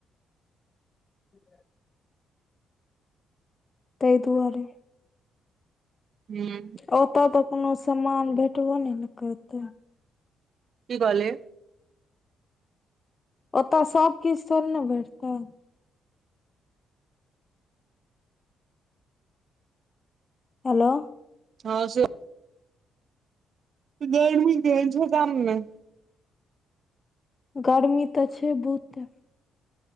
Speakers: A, on the left; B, on the right.
A: ह <inaudible> तै दुआरे।
B: हूं।
A: ओतऽ तऽ कोनो समान भेटबो नहि ने करतै।
B: की कहलियै।
A: ओतऽ सबकिछ थोड़े ने भेटतै। हेलो।
B: हँ से। गर्मी केहेन छै गाम में।
A: गरमी तऽ छै बहुते।